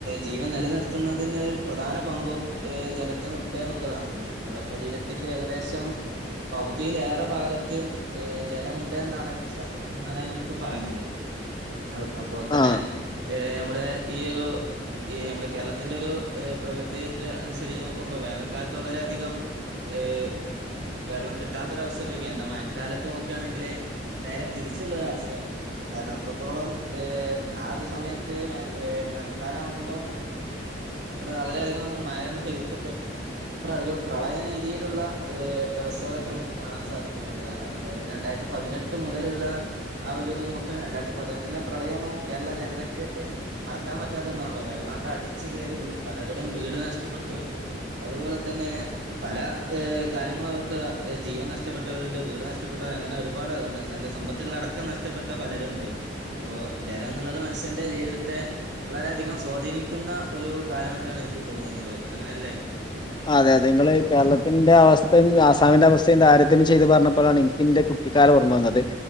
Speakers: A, on the right; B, on the left.
A: ജീവൻ നിലനിർത്തുന്നതിന് ഒരു പ്രധാന പങ്കും ഏ ജലത്തിനുണ്ട് എന്നുള്ളതാണല്ലോ നമ്മുടെ ശരീരത്തിന്റെ ഏകദേശം പകുതിലേറെ ഭാഗത്ത് ഏഹ് ജലമുണ്ട് എന്നാണ് ശാസ്ത്രജ്ഞന്മാരാക്കെ പറയുന്നത് അത് അപോലെതന്നെ
B: ആ
A: ഏഹ് അമ്മുടെ ഈ ഒരു ഈ മ്മടെ കേരളത്തിന്റൊരു പ്രകൃതി അനുസരിച്ച് നോക്കുമ്പൊ വേനൽക്കാലത്ത് വളരെയധികം ഏഹ് വെള്ളം കിട്ടാത്തൊരവസ്ഥ വരികെ എന്നാ മഴക്കാലത്ത് നോക്കാണെങ്കില് നേരെ തിരിച്ചുള്ളരൊവസ്ഥയാണ് കാരണം അത്രത്തോളം ഏഹ് ആ ഒരു സമയത്ത് ഏഹ് മഴക്കാലാവുമ്പൊ വളരെയധികം ണ്ട് മഴണ്ട് പെയ്തിട്ട് ഒരു പ്രളയ രീതിയിലുള്ള ഏഹ് വ്യവസ്ഥകളൊക്കെ നമുക്ക് കാണാൻ സാധിക്കുന്നുണ്ട് കാരണം കഴിഞ്ഞ രണ്ടായിരത്തി പതിനെട്ട് മുതലുള്ള ആ ഒരു ഇത് നോക്കുക രണ്ടായിരത്തിപതിനെട്ടിലെ പ്രളയൊന്നും കേരള ജനതയ്ക്ക് മറക്കാൻ പറ്റാത്തൊന്നാണല്ലോ വെള്ളാണ്ട് അടിച്ച് കേറി പലരുടെയും വീട് നഷ്ടപ്പെട്ടു അതുപോലെ തന്നെ പല കാര്യങ്ങൾ ക്ക് ജീവൻ നഷ്ടപ്പെട്ടവരുണ്ട് വീട് നഷ്ടപ്പെട്ടവർ അങ്ങനെ ഒരുപാട് എൻറെ സമ്പത്തുകളടക്കം നഷ്ടപ്പെട്ട പലരുംണ്ട് അപ്പോ ജലോന്നുള്ളത് മനുഷ്യന്റെ ജീവിതത്തെ വളരെധികം സ്വാധീനിക്കുന്ന ഒരു കാലമായിട്ടാണ് എനിക്ക് തോന്നുന്നത് അങ്ങനെയല്ലേ
B: അതെ അതെ ഇങ്ങള് കേരളത്തിന്റെ അവസ്ഥയും ആസാമിന്റെ അവസ്ഥയും താരതമ്യം ചെയ്ത് പറഞ്ഞപ്പഴാണ് എനിക്കെന്റെ കുട്ടിക്കാലം ഓർമ്മന്നത്